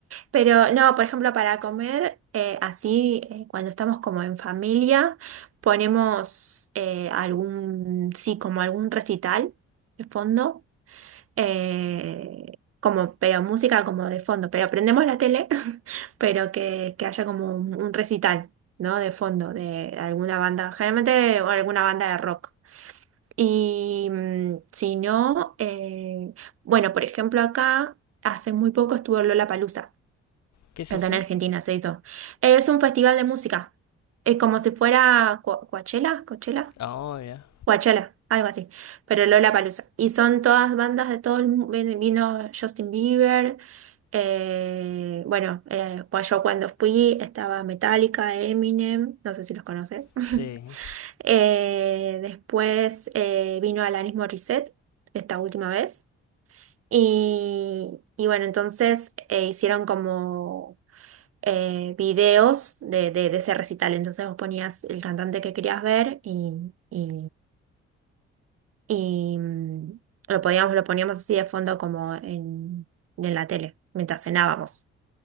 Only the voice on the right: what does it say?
Pero no, por ejemplo, para comer, eh, así, eh, cuando estamos como en familia, ponemos eh, algún, sí, como algún recital de fondo eh, como, pero música como de fondo, pero prendemos la tele, <laughs> pero que, que haya como un, un recital, ¿no? De fondo, de alguna banda, generalmente alguna banda de rock. Y mm, si no, eh, bueno, por ejemplo, acá hace muy poco estuvo Lollapalooza,
acá
en Argentina se hizo. Es un festival de música, es como si fuera Co- Coachella, Coachella.
Coachella, algo así, pero Lollapalooza. Y son todas bandas de todo el mundo, vino Justin Bieber, eh, bueno, eh, pues yo cuando fui estaba Metallica, Eminem, no sé si los conoces. <laughs>
Eh, después eh, vino Alanis Morissette esta última vez. Y, y bueno, entonces eh, hicieron como eh, videos de, de- de ese recital. Entonces vos ponías el cantante que querías ver y, y y mm, lo podíamos, lo poníamos así de fondo como en, en la tele, mientras cenábamos.